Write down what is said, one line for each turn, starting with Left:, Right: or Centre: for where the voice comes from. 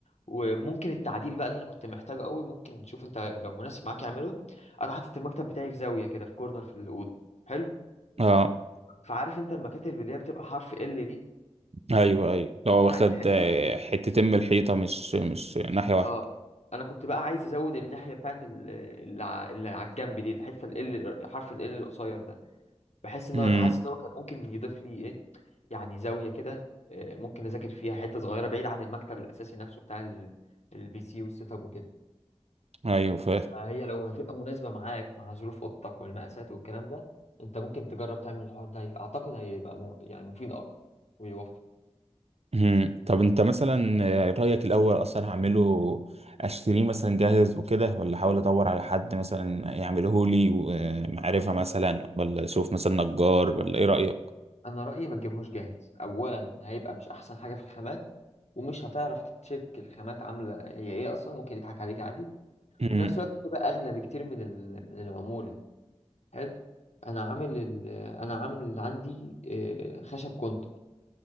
Left: وممكن التعديل بقى اللي انا كنت محتاجه قوي ممكن شوف انت لو مناسب معاك اعمله انا حاطط المكتب بتاعي في زاوية كده في كورنر في الأوضة حلو
Right: اه
Left: فعارف انت المكاتب اللي هي بتبقى حرف ال دي
Right: ايوه ايوه لو واخد
Left: يعني ح-
Right: آه، حتتين من الحيطة مش مش ناحية واحدة
Left: اه انا كنت بقى عايز ازود الناحيه بتاعت ال- اللي ع- اللي على الجنب دي الحته ال L- حرف ال L القصير ده بحس ان
Right: امم
Left: هو حاسس ان هو كان ممكن يضيف لي ايه يعني زاويه كده آه، ممكن اذاكر فيها حته صغيره بعيد عن المكتب الاساسي نفسه بتاع ال- البي سي والسيت اب وكده
Right: ايوه فاهم
Left: فهي لو هتبقى مناسبه معاك مع ظروف اوضتك والمقاسات والكلام ده انت ممكن تجرب تعمل الحوار ده اعتقد هيبقى م... يعني مفيد اكتر ويوفر
Right: مم. طب انت مثلا آه، رأيك الأول أصلا هعمله أشتريه مثلا جاهز وكده ولا أحاول أدور على حد مثلا يعمله لي ومعرفة مثلا ولا أشوف مثلا نجار ولا إيه رأيك؟
Left: انا رايي ما تجيبهوش جاهز اولا هيبقى مش احسن حاجه في الخامات ومش هتعرف تتشيك الخامات عامله هي ايه اصلا ممكن يضحك عليك عادي
Right: مم.
Left: وفي نفس الوقت بتبقى اغلى بكتير من ال- من العموله حلو انا عامل ال... انا عامل عندي آه، خشب كونتر